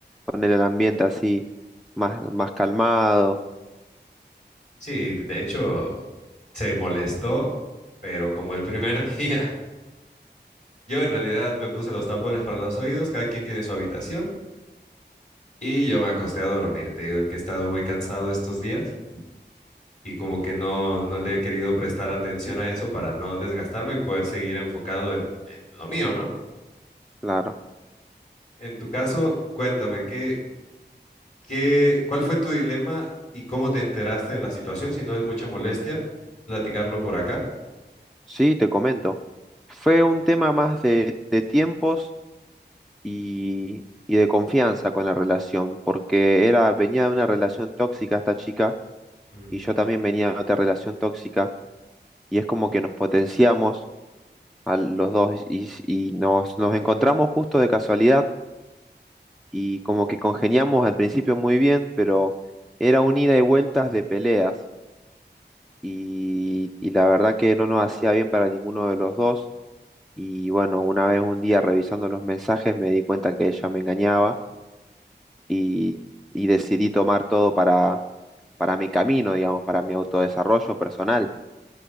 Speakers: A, in the centre; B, on the left.
A: poner el ambiente así más, más calmado,
B: sí, de hecho, se molestó, pero como el primer <laughs> día, yo en realidad me puse los tapones para los oídos, cada quien tiene su habitación. Y yo me acosté a dormir. Te digo que he estado muy cansado estos días y como que no, no le he querido prestar atención a eso para no desgastarme y poder seguir enfocado en, en lo mío, ¿no?
A: claro.
B: En tu caso, cuéntame, ¿qué, qué, cuál fue tu dilema y cómo te enteraste de la situación? Si no es mucha molestia, platicarlo por acá.
A: Sí, te comento. Fue un tema más de, de tiempos y, y de confianza con la relación, porque era, venía de una relación tóxica esta chica
B: Mm.
A: y yo también venía de otra relación tóxica y es como que nos potenciamos a los dos y, y nos, nos encontramos justo de casualidad y como que congeniamos al principio muy bien, pero era un ida y vueltas de peleas y, y la verdad que no nos hacía bien para ninguno de los dos y bueno, una vez un día revisando los mensajes me di cuenta que ella me engañaba y, y decidí tomar todo para, para mi camino, digamos, para mi autodesarrollo personal